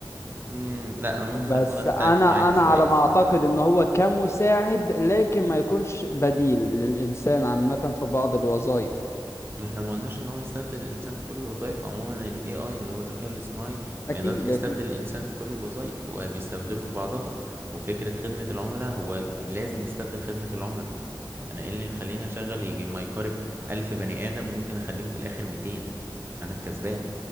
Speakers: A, on the right; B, on the left.
A: امم لا ممكن
B: بس
A: اكون اختلف
B: انا
A: معاك
B: انا
A: شوية
B: على
A: الصراحة
B: ما اعتقد ان هو كمساعد لكن ما يكونش بديل للانسان عامة في بعض الوظائف
A: ما احنا ما قلناش ان هو يستبدل الانسان في كل الوظائف عموما ال AI اللي هو الذكاء الاصطناعي
B: اكيد
A: ما يقدرش يستبدل
B: اكيد
A: الانسان في كل الوظائف هو بيستبدله في بعضها وفكرة خدمة العملاء هو لازم يستبدل خدمة العملاء انا ايه اللي يخليني اشغل يجي ما يقارب الف بني ادم وممكن اخليهم في الاخر 200 انا الكسبان